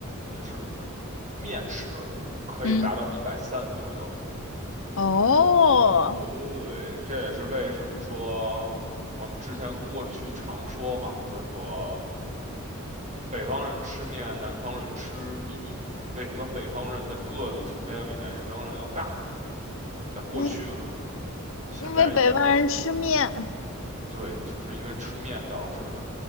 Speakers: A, on the right; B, on the left.
A: 就是面食可以达到一百三左右。
B: 嗯，哦，
A: 对，这也是为什么说我们之前过去常说嘛，叫做北方人吃面，南方人吃米。为什么北方人的个子普遍要比南方人要大？在过去啊，
B: 嗯，
A: 现在应该没有特，
B: 因为北方人吃面，
A: 对，就是因为吃面导致的。